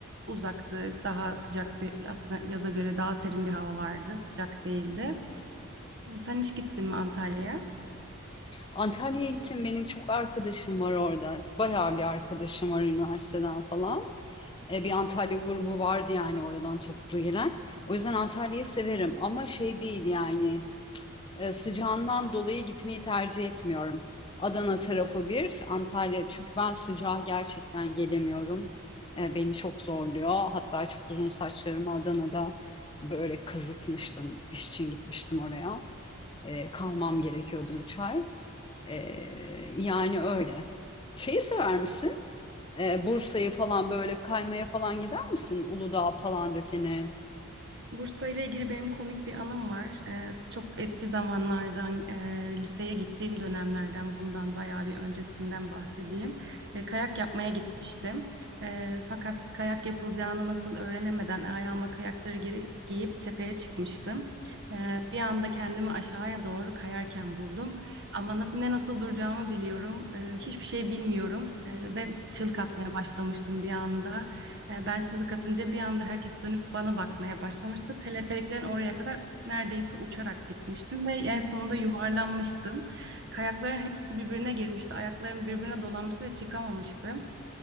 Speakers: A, on the right; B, on the left.
A: uzaktı. Daha sıcak bir aslında yaza göre daha serin bir hava vardı. Sıcak değildi. E, Sen hiç gittin mi Antalya'ya?
B: Antalya'ya gittim. Benim çok arkadaşım var orada. Bayağı bir arkadaşım var üniversiteden falan. E, bir Antalya grubu vardı yani oradan toplu gelen. O yüzden Antalya'yı severim ama şey değil yani e, sıcağından dolayı gitmeyi tercih etmiyorum. Adana tarafı bir, Antalya. Çünkü ben sıcağa gerçekten gelemiyorum. E, beni çok zorluyor. Hatta çok uzun saçlarımı Adana'da böyle kazıtmıştım. İş için gitmiştim oraya. E, kalmam gerekiyordu 3 ay. E, yani öyle. Şeyi sever misin? E, Bursa'yı falan böyle kaymaya falan gider misin? Uludağ falan dökene.
A: Bursa ile ilgili benim komik bir anım var. Ee, çok eski zamanlardan, e, liseye gittiğim dönemlerden, bundan bayağı bir öncesinden bahsedeyim. E, kayak yapmaya gitmiştim. E, fakat kayak yapılacağını nasıl öğrenemeden ayağıma kayakları geri, giyip tepeye çıkmıştım. E, bir anda kendimi aşağıya doğru kayarken buldum. Ama nasıl, ne nasıl duracağımı biliyorum. E, hiçbir şey bilmiyorum. E, ve çığlık atmaya başlamıştım bir anda. E, Ben çığlık atınca bir anda herkes dönüp bana bakmaya başlamıştı. Teleferiklerin oraya kadar neredeyse uçarak gitmiştim ve en sonunda yuvarlanmıştım. Kayakların hepsi birbirine girmişti. Ayaklarım birbirine dolanmıştı ve çıkamamıştım.